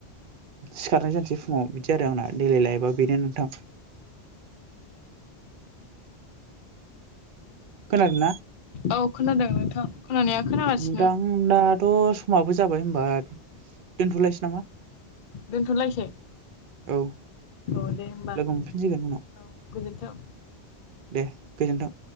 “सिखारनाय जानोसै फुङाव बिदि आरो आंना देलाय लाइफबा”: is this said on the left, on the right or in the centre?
Right